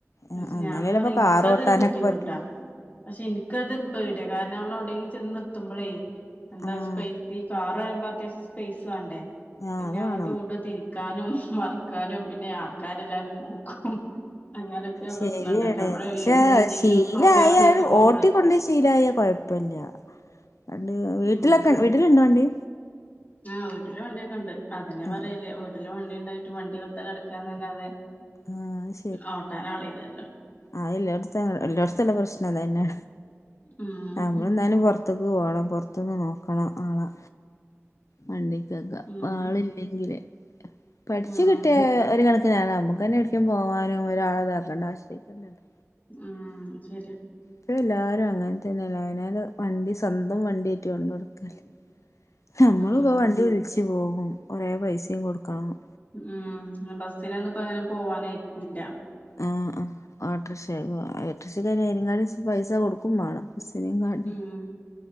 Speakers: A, on the left; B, on the left.
A: ആഹ്
B: പക്ഷെ
A: ആഹ് എന്നാലല്ലേ
B: ഞാൻ പറയും
A: ഇപ്പൊ കാറ്
B: എനിക്കതൊരു
A: ഓട്ടാനൊക്കെ
B: ബുദ്ധിമുട്ടാ
A: പറ്റുള്ളൂ
B: പക്ഷെ എനിക്കത് പേടിയാ കാരണം നമ്മള് എവിടെയെങ്കിലും ചെന്ന് നിർത്തുമ്പോളേ എന്താ
A: ആഹ്
B: സ്പെയ്സി കാർ ഇവിടെ വരുമ്പോ അത്യാവശ്യം സ്പേസ് വേണ്ടേ
A: ആഹ്
B: പിന്നെ
A: അത്
B: അങ്ങോട്ടും
A: വേണം
B: ഇങ്ങോട്ടും തിരി ക്കാനും മറിക്കാനും പിന്നെ ആൾക്കാരെല്ലാരും നോക്കും അങ്ങനൊക്കെ
A: ശരിയാണ്
B: പ്രശ്നണ്ടല്ലോ നമ്മള്
A: പക്ഷെ
B: എന്തെങ്കിലും
A: ശീലായാൽ
B: പ്രോഗ്രാമിനൊക്കെ പോകുമ്പളേ
A: ഓട്ടിക്കൊണ്ട് ശീലായ കുഴ പ്പില്ല അണ്ട് വീട്ടിലൊക്കെ
B: ഉം
A: വീട്ടിലിണ്ടോ വണ്ടി
B: ആഹ് വീട്ടില് വണ്ടിയൊക്കെണ്ട് അതന്നെ
A: ആഹ്
B: പറയല് വീട്ടില് വണ്ടി ഉണ്ടായിട്ട് വണ്ടി വെറുതെ കിടക്കാന്നല്ലാതെ
A: അത്
B: ഓട്ടാനാളില്ലല്ലോ
A: ആഹ് എല്ലാടെത്തെ എല്ലായിടത്തെയുള്ള പ്രശ്നം അതന്നെ
B: ഉം
A: നമ്മൾ എന്നാലും പുറ പുറത്തക്ക് പോണം പുറത്തുന്ന് നോക്കണം ആഹ് വണ്ടി
B: ഉം
A: ആളില്ലെങ്കിലേ പഠിച്ചു
B: ഉം
A: കിട്ടിയ ഒരു കണ നമ്മുക്ക് തന്നെ കിട്ടിയ പോവാനും ഒരാളെ ഇതാക്കണ്ട ആശ്രയിക്കണ്ടാല്ലോ
B: ഉം ശരിയാ
A: ഇപ്പ എല്ലാരും അങ്ങനെ തന്നെയല്ലേ അയിനാല് വണ്ടി സ്വന്തം വണ്ടിയേറ്റ് കൊണ്ട് കൊടുക്കല്ലേ നമ്മളിപ്പോ
B: ഉം
A: വണ്ടി വിളിച്ച് പോകും കൊറേ പൈസയും കൊടുക്കണം
B: ഉം ബസ്സിനൊന്നും ഇപ്പോ അങ്ങനെ പോവാനയിക്കൂല്ല
A: ആഹ് ആഹ് ഓട്ടർഷേ പോവാ ഓട്ടർഷേല് ആണേ അതിനങ്ങാട്ടി പൈസ കൊടുക്കും വേണം ബസ്സിനെങ്ങാട്ടി
B: ഉം